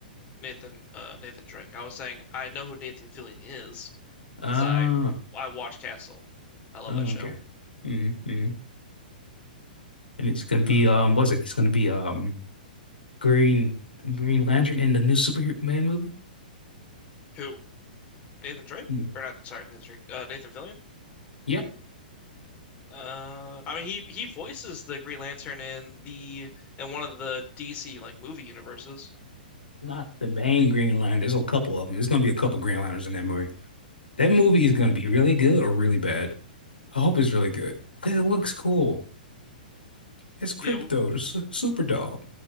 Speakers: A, on the left (about 30°); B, on the left (about 85°).
A: Nathan uh Nathan Drake. I was saying I know who Nathan Fillion is
B: Oh,
A: because I I watch Castle. I love
B: oh,
A: that show.
B: okay. hmm hmm And it's gonna be
A: Uh,
B: um, was it? It's gonna be um, Green Green Lantern in the new Superman movie.
A: who Nathan Drake
B: Mm.
A: or not? Sorry, Nathan Drake. Uh, Nathan Fillion.
B: Yep,
A: Uh, I mean he he voices the Green Lantern in the in one of the DC like movie universes.
B: not the main Green Lantern. There's a couple of them. There's gonna be a couple Green Lanterns in that movie. That movie is gonna be really good or really bad. I hope it's really good because it looks cool. It's Crypto,
A: Yeah, w-
B: the su- super dog.